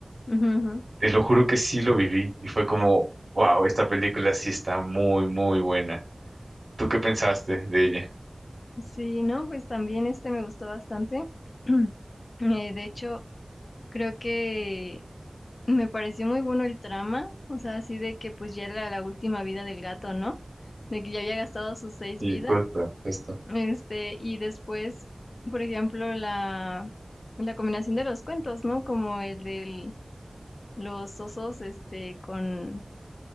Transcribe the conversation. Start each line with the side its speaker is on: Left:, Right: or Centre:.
Left: ujú, ujú.
Right: Te lo juro que sí lo viví y fue como, wow, esta película sí está muy, muy buena. ¿Tú qué pensaste de ella?
Left: Sí, no, pues también este me gustó bastante. <clears throat> Eh, de hecho, creo que Me pareció muy bueno el trama, o sea, así de que pues ya era la última vida del gato, ¿no? De que ya había gastado sus seis
Right: Sí,
Left: vidas,
Right: justo, justo.
Left: este, y después, por ejemplo, la, la combinación de los cuentos, ¿no? Como el de los osos, este, con,